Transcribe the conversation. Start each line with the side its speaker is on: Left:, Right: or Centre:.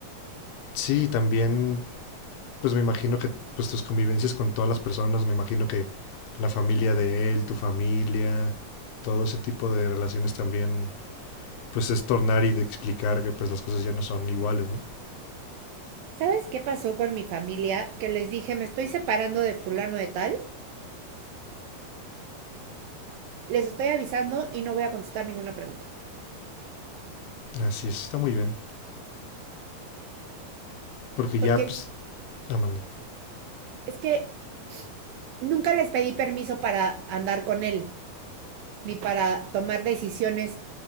Left: sí, también, pues me imagino que pues tus convivencias con todas las personas, me imagino que la familia de él, tu familia, todo ese tipo de relaciones también, pues es tornar y de explicar que pues las cosas ya no son iguales, ¿no?
Right: ¿Sabes qué pasó con mi familia? Que les dije, me estoy separando de fulano de tal, les estoy avisando y no voy a contestar ninguna pregunta.
Left: Así es, está muy bien. Porque
Right: Porque
Left: ya, pues, ah, mandé.
Right: es que nunca les pedí permiso para andar con él, ni para tomar decisiones